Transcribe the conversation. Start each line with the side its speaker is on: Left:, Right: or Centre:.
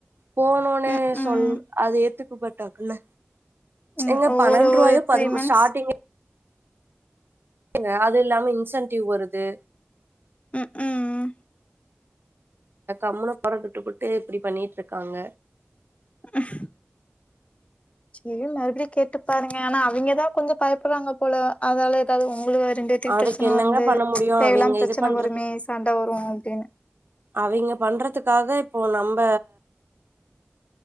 Right: போன ஒனே
Left: ம், ம்,
Right: சொல் அது ஏத்துகப்பட்டாக்குல்ல
Left: ம்.
Right: எங்கப்
Left: ஒரு
Right: பனெண்ருவாயோப்
Left: ஒரு
Right: பதிம்
Left: மந்த்ஸ்
Right: ஸ்டார்டிங்கே க அது இல்லாம இன்சென்டிவ் வருது
Left: ம் ம்
Right: அக் கம்முனு போறதுட்டுபுட்டு இப்டி பண்ணிட்ருக்காங்க
Left: அஹ சே மறுப்டியு கேட்டுப் பாருங்க ஆனா அவிங்கதா கொஞ்சம் பயப்பறாங்கப் போல அதாலேத் தாது உங்ளுகு ரெண்டுவேத்துக்கு
Right: அதுக்கு
Left: பிரச்சன
Right: என்னங்க
Left: வந்து
Right: பண்ண முடியு
Left: தேவையில்லாம
Right: அவிங்க
Left: பிரச்சன
Right: இது பண்றது
Left: வருமே சண்ட வரு அப்டினு
Right: அவிங்க பண்றதுக்காக இப்போ நம்ப